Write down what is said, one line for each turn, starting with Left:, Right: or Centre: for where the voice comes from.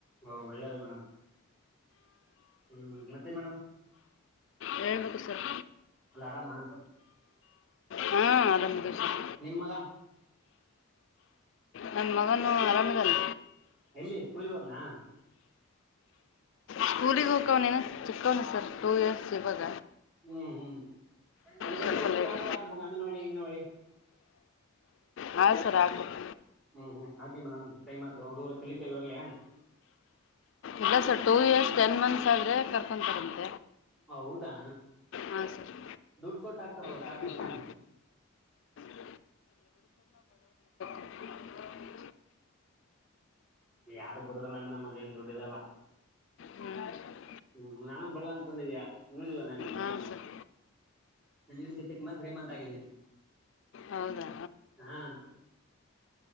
Centre: ಓಂ, ಒಳ್ಳೇದು ಮೇಡಮ್. ಹ್ಮ್, ಮತ್ತೆ ಮೇಡಮ್
Left: ಹೇಳ್ಬೇಕು ಸರ್
Centre: ಎಲ್ಲ ಆರಾಮ
Left: ಹಾ, ಆರಾಮಿದಿವಿ ಸರ್
Centre: ನಿಮ್ ಮಗ
Left: ನನ್ನ ಮಗನು ಅರಾಮಿದಾನೆ
Centre: ಎಲ್ಲಿ ಸ್ಕೂಲಿಗೆಒದ್ನಾ
Left: ಸ್ಕೂಲಿಗೆ ಹೋಗಕವ್ ಏನ ಚಿಕ್ಕವನು ಸರ್ ಟೂ ಇಯರ್ಸ್ ಇವಾಗ.
Centre: ಹ್ಮ್, ಹ್ಮ್ ಮತ್ತೆ
Left: ಸ್ವಲ್ಪ
Centre: ಅಲ್ಲಿ ಊರಲ್ಲಿ
Left: ಲೇಟ್
Centre: ಯಾವ್ದಾದ್ರು ಆಗ್ಬೇಕು. ಅಂಗನವಾಡಿ -ಗಿಂಗನವಾಡಿ
Left: ಹಾಂ ಸರ್ ಆಗ್ಬೇಕು
Centre: ಹ್ಮ್, ಹ್ಮ್ ಆಯ್ತ ಮೇಡಮ್ ಟೈಮ್ತ್ ಹುಡುರ ಚಲಿತ ಇವಾಗ <unintelligible>
Left: ಇಲ್ಲ sir two years ten months ಆದರೆ - ಫನ್ಂತರಂದ
Centre: ಹೌದಾ
Left: ಹ ಸರ್ <unintelligible>
Centre: ದುಡ್ಡು ಕೊಟ್ಟು ಹಾಕ್ತಾರ ಅದಕ್
Left: ಹ
Centre: ಹಾಕ್ಬೇಕ್ ತಾನೆ
Left: <inaudible> ಹ <unintelligible>
Centre: ಯಾರು ಬಿಡೋದಿಲ್ಲ ಮೇಡಮ್ ಅದೇನ್ ದೊಡ್ಡದಿರಲ್ಲ
Left: ಹ್ಞೂ
Centre: ಹ್ಮ್, ನಾನು ಬಡ ಅಂದಕೊಂಡಿದೀಯ ನುವ <unintelligible> ನೀನು ನಾನು
Left: ಹಾಂ ಸರ್
Centre: ನಿಂಗೆ ಸಿಕ್ ಮಂತ್ ತ್ರೀ ಮಂತ್ ಆಗಿದ್ದೀನಿ.
Left: ಹೌದಾ
Centre: ಹಾ,